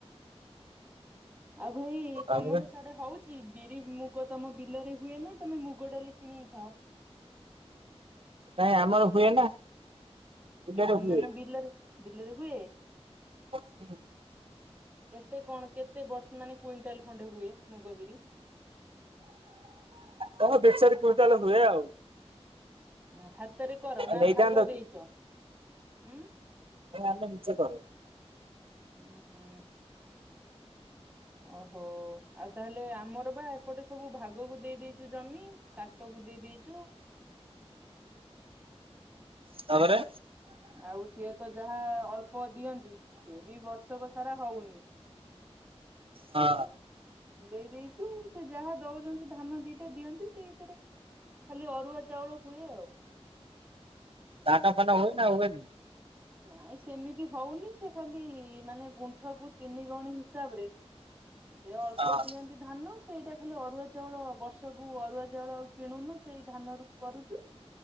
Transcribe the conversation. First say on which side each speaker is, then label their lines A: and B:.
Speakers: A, on the right; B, on the right.
A: ଆଉ ଭାଇ
B: ତାପରେ
A: ତମର ସାଢେ଼ ହଉ ଚି ବିରି ମୁଗ ତମ ବିଲରେ ହୁଏ ନା ତମେ ମୁଗ ଡ଼ାଲି କିଣିକି ଖାଅ?
B: ନାଇଁ ଆମର ହୁଏ ନା। ବିଲରେ
A: ବିକି
B: ହୁଏ
A: ମାନେ ବିଲରେ ବିଲରେ ହୁଏ।
B: <unintelligible> ହୁଁ।
A: କେତେ କଣ କେତେ ବର୍ଷ ମାନେ କୁଇଣ୍ଟାଲ ଖଣ୍ଡେ ହୁଏ ମୁଗବରି?
B: ଧର ଦି ଚାରି କୁଇଣ୍ଟାଲ ହୁଏ ଆଉ।
A: ହାତରେ କର ନା
B: ନେଇଥାନ୍ତ
A: ଭାଗ ଦେଇଚ
B: କି
A: ଉଁ?
B: ଏ ଆମେ ନିଜେ କରୁ।
A: ଉଁ ହୁଁ। ଓ ହୋ ଆଉ ତାହେଲେ ଆମର ବା ଏପଟେ ସବୁ ଭାଗକୁ ଦେଇ ଦେଇଚୁ ଜମି କାଟକୁ ଦେଇ ଦେଇଚୁ।
B: ତାପରେ।
A: ଆଉ ସିଏ ତ ଯାହା ଅଳ୍ପ ଦିଅନ୍ତି ସିଏ ବି ବର୍ଷକ ସାରା ହଉନି।
B: ହଁ
A: ଉଁ। ଦେଇ ଦେଇଛୁ ସେ ଯାହା ଦଉଛନ୍ତି ଧାନ ଦିଟା ଦିଅନ୍ତି ସେଇ ଥିରେ ଖାଲି ଅରୁଆ ଚାଉଳ ହୁଏ ଆଉ।
B: ଧାନ ଫାନ ହୁଏ ନା ହୁଏନି?
A: ନାଇଁ ସେମିତି ହଉନି ସେ ଖାଲି ମାନେ ଗୁଣ୍ଠ କୁ ତିନି ଗଉଣି ହିସାବ ରେ ସେ ଅଳ୍ପ
B: ହଁ
A: ଦିଅନ୍ତି। ଧାନ ସେଇଟା ଖାଲି ଅରୁଆ ଚାଉଳ ବର୍ଷକୁ ଅରୁଆ ଚାଉଳ ଆଉ କିଣୁନୁ ସେଇ ଧାନରୁ କରୁଚୁ।